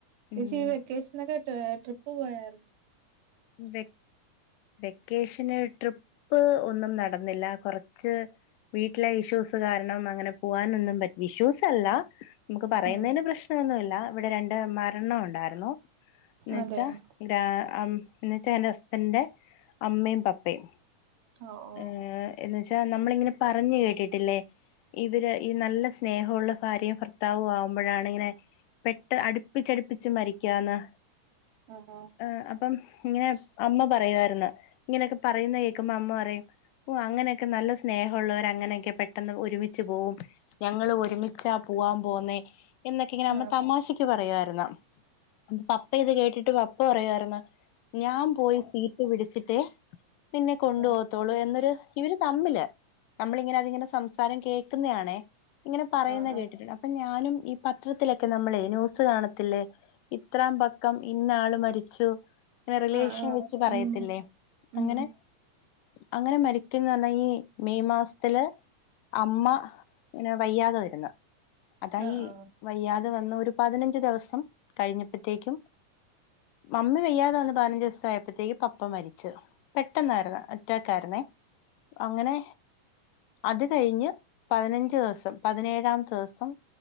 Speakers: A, on the right; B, on the left.
A: ചേച്ചി
B: ഉം
A: ഈ വെക്കേഷൻ ഒക്കെ ഏ ട്രിപ്പ് പോയായിരുന്നോ
B: വെക്ക് വെക്കേഷന് ട്രിപ്പ് ഒന്നും നടന്നില്ല കൊറച്ച് വീട്ടിലെ ഇഷ്യൂസ് കാരണം അങ്ങനെ പോവാനൊന്നും പറ്റി ഇഷ്യൂസ്സല്ല നമുക്ക് പറയുന്നതിന്
A: ആ
B: പ്രശ്നമൊന്നൂല്ല ഇവിടെ രണ്ട് മരണം ഉണ്ടായിരുന്നു എന്ന്
A: അതെയോ
B: വെച്ചാ ഗ്രാ അം എന്ന് വെച്ചാ എന്റെ ഹസ്ബന്റ്ന്റെ അമ്മയും പപ്പയും
A: ഓ ഓ
B: ഏ എന്ന് വെച്ചാ <unintelligible> നമ്മളിങ്ങനെ പറഞ്ഞു കേട്ടിട്ടില്ലേ ഇവര് ഈ നല്ല സ്നേഹമുള്ള ഭാര്യ ഭർത്താവു ആവുമ്പോഴാണ് ഇങ്ങനെ പെട്ട അടുപ്പിച്ചടുപ്പിച്ച് മരിക്കാന്ന്
A: ആ ആ
B: ഏ അപ്പം ഇങ്ങനെ അമ്മ പറയുവാർന്ന് ഇങ്ങനേക്കെ പറയുന്നേ കേക്കുമ്പോ അമ്മ പറയും ഓ അങ്ങനെയൊക്കെ നല്ല സ്നേഹോള്ളോര് അങ്ങനെയൊക്കെ പെട്ടെന്ന് ഒരുമിച്ച് പോവും ഞങ്ങള് ഒരുമിച്ചാ പുവാൻ പോന്നേ എന്നൊക്കെ ഇങ്ങനെ
A: ആ
B: അമ്മ
A: ആ
B: തമാശക്ക് പറയാരുന്നു അപ്പ പപ്പ ഇത് കേട്ടിട്ട് പപ്പ ക പറയായിരുന്നു ഞാൻ പോയി സീറ്റ് പിടിച്ചിട്ട് നിന്നെ കൊണ്ടു
A: ആ
B: പോവത്തൊള്ളു എന്നൊരു ഇവര് തമ്മില് നമ്മളിങ്ങനെ അതിങ്ങനെ സംസാരം കേക്കുന്നേ ആണേ ഇങ്ങനെ പറയുന്ന
A: ആ ആ
B: കേട്ടിട്ടുണ്ട് അപ്പ ഞാ ഞാനും ഈ പത്രത്തിലൊക്കെ നമ്മളെ ന്യൂസ് കാണത്തില്ലേ ഇത്രാം പക്കം ഇന്ന ആള് മരിച്ച് രു റിലേഷൻ
A: ആ ആ
B: വെച്ച് പറയത്തില്ലേ
A: ഉം
B: അങ്ങനെ
A: ഉം
B: അങ്ങനെ മരിക്കുംന്ന് പറഞ്ഞാ ഈ മെയ് മാസത്തില് അമ്മ പിന്നെ വയ്യാതെ വരുന്ന അതായി
A: ആ ആ
B: വയ്യാതെ വന്ന് ഒരു പതിനഞ്ച് ദിവസം കഴിഞ്ഞപ്പോഴത്തേക്കും മമ്മി വയ്യാതെ വന്ന പ പതിനഞ്ച് ദിവസ ആയപ്പോത്തേക്ക് പപ്പ മരിച്ചു പെട്ടെന്നായിരുന്നു അറ്റാകായിരുന്നെ അങ്ങനെ അത് കഴിഞ്ഞ് പതിനഞ്ച് ദിവസം പ പതിനേഴാം ദിവസം